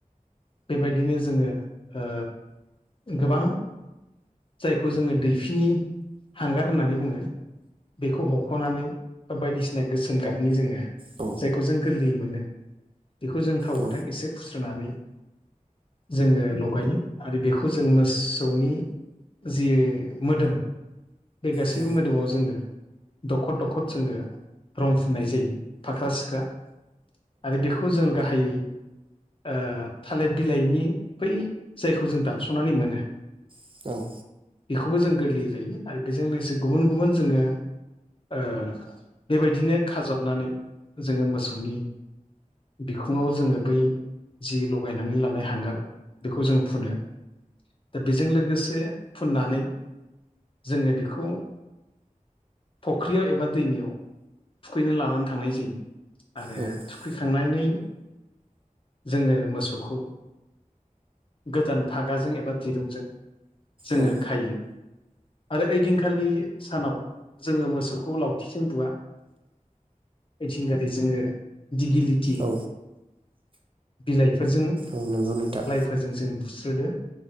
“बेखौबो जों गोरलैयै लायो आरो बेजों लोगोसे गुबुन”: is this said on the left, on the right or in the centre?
Left